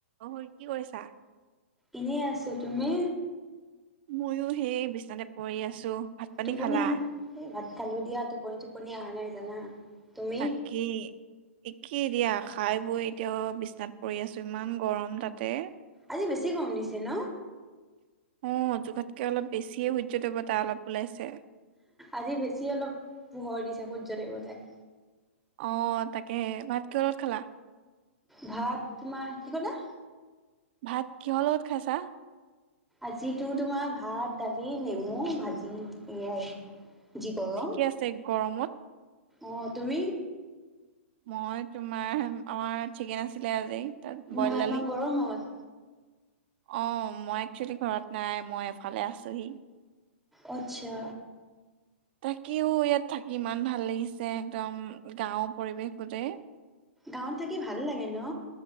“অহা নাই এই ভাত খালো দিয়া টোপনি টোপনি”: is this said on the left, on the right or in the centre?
Centre